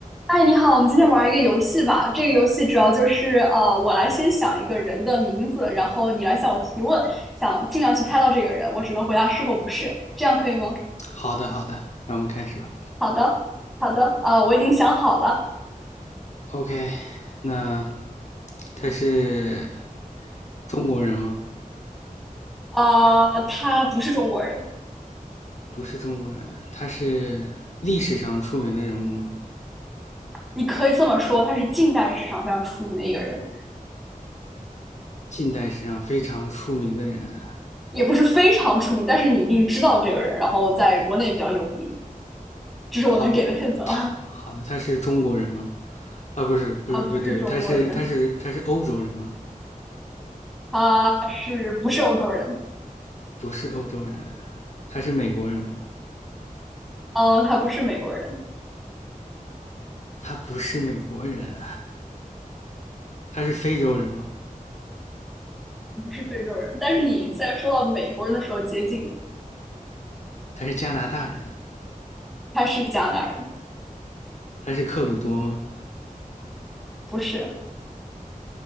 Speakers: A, in the centre; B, on the left.
A: 哎，你好，我们今天玩一个游戏吧。这个游戏主要就是呃，我来先想一个人的名字，然后你来向我提问，想尽量去猜到这个人，我只能回答是或不是，这样可以吗？
B: 好的，好的，让我们开始吧。
A: 好的，好的，呃，我已经想好了，
B: OK，那他是中国人吗？
A: 呃，他不是中国人，
B: 不是中国人，他是历史上出名的人物吗？
A: 你可以这么说，他是近代史上非常出名的一个人，
B: 近代史上非常出名的人。
A: 也不是非常出名，但是你一定知道这个人，然后在国内比较有名，这是我能给的
B: 好的，
A: h i
B: 他好的，
A: 啊。
B: 他是中国人吗？啊，不是，
A: <laughs>
B: 不是，
A: 他不是中国人，
B: 不对，他是他是他是欧洲人吗？
A: 他是不是欧洲人？
B: 不是欧洲人，他是美国人吗？
A: 呃，他不是美国人。
B: 他不是美国人，他是非洲人吗？
A: 不是非洲人，但是你在说到美国人的时候接近了，
B: 他是加拿大人？
A: 他是加拿大人，
B: 他是克鲁多吗？
A: 不是，